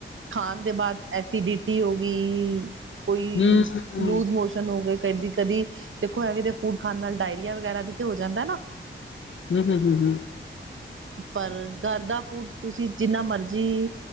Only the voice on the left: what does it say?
ਹਮ ਹਮ
ਹਮ- ਹਮ- ਹਮ- ਹਮ